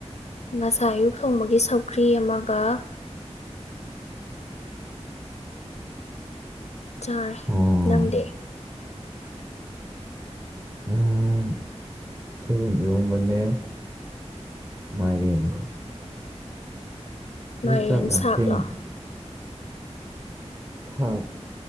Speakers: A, on the left; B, on the right.
A: ꯉꯁꯥꯏ ꯑꯌꯨꯛ ꯊꯣꯡꯕꯒꯤ ꯁꯧꯒ꯭ꯔꯤ ꯑꯃꯒ ꯆꯥꯔꯦ
B: ꯑꯣ
A: ꯅꯪꯗꯤ
B: ꯎꯝ ꯁꯣꯏꯕꯨꯝ ꯏꯔꯣꯝꯕꯅꯦ ꯃꯥꯏꯔꯦꯟꯒ
A: ꯃꯥꯏꯔꯦꯟ
B: ꯅꯣꯏ ꯆꯥꯛ ꯌꯥꯝ
A: ꯁꯥꯛꯂꯣ
B: ꯊꯦꯡ ꯁꯥꯛ